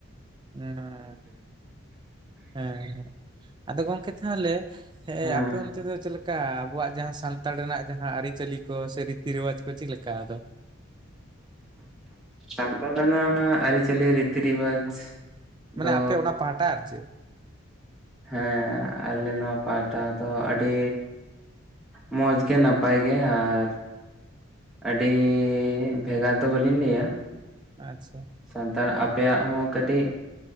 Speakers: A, on the right (about 20°); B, in the centre.
A: ᱦᱮᱸ ᱟᱪᱪᱷᱟ ᱪᱷᱟ ᱦᱮᱸ ᱦᱮᱸ᱾ ᱟᱫᱚ ᱜᱚᱝᱠᱮ ᱛᱟᱦᱚᱞᱮ ᱮ
B: ᱦᱮᱸ
A: ᱟᱯᱮ ᱚᱱᱛᱼᱼ ᱛᱮ ᱫᱚ ᱪᱮᱫ ᱞᱮᱠᱟ ᱟᱵᱚᱣᱟᱜ ᱡᱟᱦᱟᱸ ᱥᱟᱱᱛᱟᱲ ᱨᱮᱱᱟᱜ ᱡᱟᱦᱟᱸ ᱟᱹᱨᱤᱪᱟᱹᱞᱤ ᱠᱚ ᱥᱮ ᱨᱤᱛᱤ ᱨᱮᱣᱟᱡᱽ ᱠᱚ ᱪᱮᱫ ᱞᱮᱠᱟ ᱟᱫᱚ?
B: ᱥᱟᱱᱛᱟᱲ ᱨᱮᱱᱟᱜ ᱟᱹᱨᱤ ᱪᱟᱹ ᱪᱟᱹᱞᱤ ᱨᱤᱛᱤ ᱨᱮᱣᱟᱡᱽ
A: ᱢᱟᱱᱮ
B: ᱫᱚ
A: ᱟᱯᱮ ᱚᱱᱟ ᱯᱟᱦᱴᱟ ᱟᱨ ᱪᱮᱫ
B: ᱦᱮᱸ, ᱟᱞᱮ ᱱᱚᱣᱟ ᱯᱟᱦᱴᱟ ᱫᱚ ᱟᱹᱰᱤ ᱢᱚᱡᱽ ᱜᱮ ᱱᱟᱯᱟᱭ ᱜᱮ, ᱟᱨ ᱟᱹᱰᱤ ᱵᱷᱮᱜᱟᱨ ᱫᱚ ᱵᱟᱹᱞᱤᱧ ᱞᱟᱹᱭᱟ ᱾
A: ᱟᱪᱪᱷᱟ,
B: ᱥᱟᱱᱛᱟᱲ ᱟᱯᱮᱭᱟᱜ ᱦᱚᱸ ᱠᱟᱹᱴᱤᱡ